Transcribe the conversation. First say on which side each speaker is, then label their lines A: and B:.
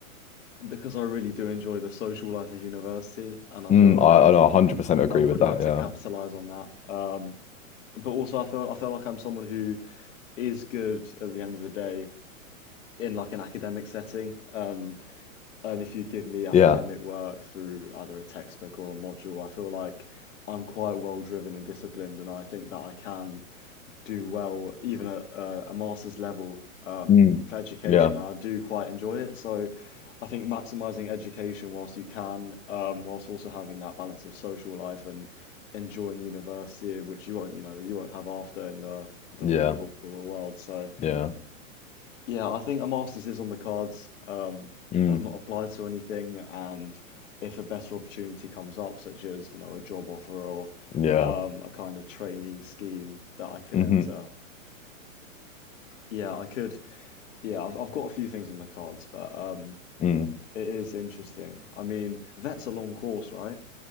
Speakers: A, on the left; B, on the left.
A: because I really do enjoy the social life of university, and I
B: Mm,
A: feel like
B: I, I know 100% agree
A: I would
B: with
A: like
B: that.
A: to
B: Yeah.
A: capitalize on that. Uh, But also, I feel I feel like I'm someone who is good at the end of the day in like an academic setting. Um, and if you give me academic
B: Yeah.
A: work through either a textbook or a module, I feel like I'm quite well driven and disciplined, and I think that I can do well even at a, a master's level um,
B: Mm,
A: for education,
B: yeah.
A: and I do quite enjoy it. So I think maximizing education whilst you can, um, whilst also having that balance of social life and enjoying university, which you won't, you know, you won't have after in the the
B: Yeah.
A: real real world. So
B: Yeah.
A: yeah, I think a master's is on the cards. Uh,
B: Mm,
A: I've not applied to anything, and if a better opportunity comes up, such as you know a job offer or
B: yeah.
A: um, a kind of trainee scheme that I could
B: hmm
A: enter, yeah, I could Yeah, I've I've got a few things on the cards, but uh,
B: Mm.
A: it is interesting. I mean, that's a long course, right?